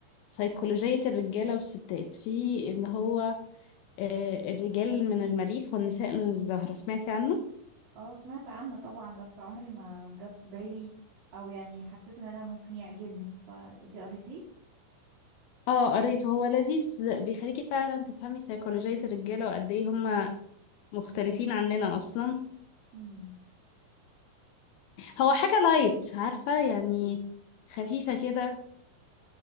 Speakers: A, on the left; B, on the right.
A: سيكولوجية الرجالة والستات في اللي هو آه، الرجال من المريخ والنساء من الزهرة سمعتي عنه؟
B: اه سمعت عنه طبعا بس عمري ما جه في بالي او يعني حسيت ان انا ممكن يعجبني فانتي قريتيه
A: اه قريته هو لذيذ بيخليكي فعلا تفهمي سيكولوجية الرجالة وقد ايه هما مختلفين عننا اصلا
B: امم
A: هو حاجة لايت عارفة يعني خفيفة كده